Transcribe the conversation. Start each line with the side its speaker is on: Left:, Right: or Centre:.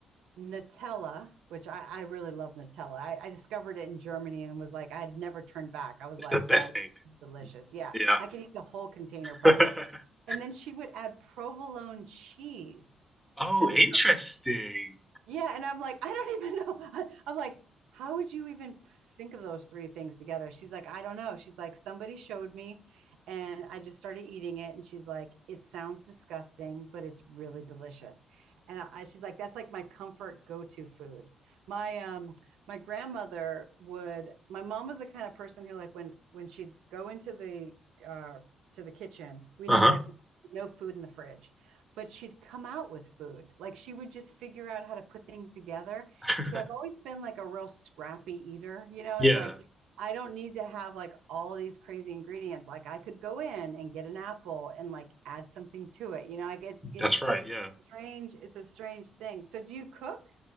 Right: Nutella, which I, I really love Nutella. I, I discovered it in Germany and was like, I had never turned back. I was
Centre: It's
Right: like,
Centre: the best
Right: that
Centre: thing.
Right: is delicious. Yeah,
Centre: Yeah.
Right: I could eat the whole container probably.
Centre: <laughs>
Right: And then she would add provolone cheese
Centre: Oh,
Right: to the
Centre: interesting.
Right: yeah, and I'm like, I don't even know. <laughs> I'm like, how would you even think of those three things together? She's like, I don't know. She's like, somebody showed me and I just started eating it. And she's like, it sounds disgusting, but it's really delicious. And I, she's like, that's like my comfort go-to food. My um my grandmother would, my mom was the kind of person who like when when she'd go into the uh to the kitchen, we'd
Centre: Uh-huh.
Right: have like no food in the fridge but she'd come out with food. Like she would just figure out how to put things together.
Centre: <laughs>
Right: So I've always been like a real scrappy eater. You know,
Centre: Yeah,
Right: it's like I don't need to have like all these crazy ingredients. Like I could go in and get an apple and like add something to it. You know, like it's it's,
Centre: that's right. Yeah.
Right: it's strange. It's a strange thing. So do you cook?